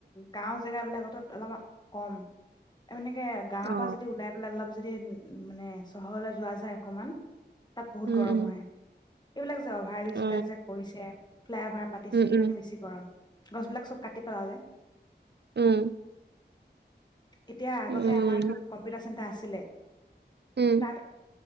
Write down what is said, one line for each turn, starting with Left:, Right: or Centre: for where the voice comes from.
Left: গাওঁ জেগাবিলাকতো অলপমান কম। এনেকে গাঁৱৰ
Right: অ
Left: পৰা যদি ওলাই পেলাই অলপ যদি মানে চহৰলৈ যোৱা যায় অকমান তাত বহুত
Right: উম
Left: গৰম
Right: উম
Left: হয়। এইবিলাক যে, অভাৰ ব্ৰীজ
Right: অ
Left: বিলাক যে কৰিছে, ফ্লাই অভাৰ পাতিছে,
Right: উম
Left: সেইকাৰণে
Right: উম
Left: বেছি গৰম। গছবিলাক চব কাটি পেলালে।
Right: উম।
Left: এতিয়া আগতে
Right: উম
Left: আমাৰ য'ত কম্পিউটাৰ চেণ্টাৰ আছ আছিলে
Right: উম।
Left: তাত